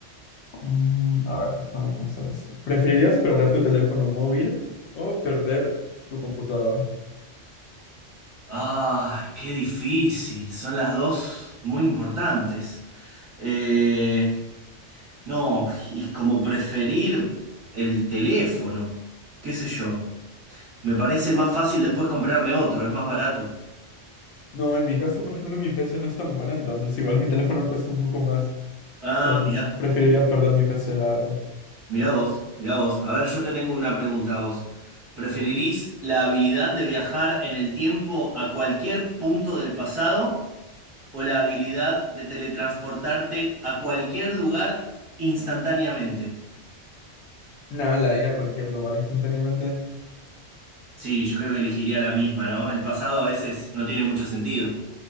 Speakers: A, on the left (about 70°); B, on the right (about 30°).
A: Mm, a ver, déjame pensar esto. ¿Preferirías perder tu teléfono móvil o perder tu computadora?
B: Ay, qué difícil, son las dos muy importantes. Eh, no, y como preferir el teléfono, qué sé yo. Me parece más fácil después comprarme otro, es más barato.
A: No, en mi caso, por ejemplo, mi PC no es tan buena, entonces igual mi teléfono cuesta un poco más.
B: Ah,
A: Entonces,
B: mirá,
A: preferiría perder mi PC, la verdad.
B: mirá vos, mirá vos. A ver, yo te tengo una pregunta a vos. ¿Preferirís la habilidad de viajar en el tiempo a cualquier punto del pasado? o la habilidad de teletransportarte a cualquier lugar instantáneamente.
A: Nada, la de ir a cualquier lugar instantáneamente.
B: Sí, yo creo que elegiría la misma, ¿no? El pasado a veces no tiene mucho sentido.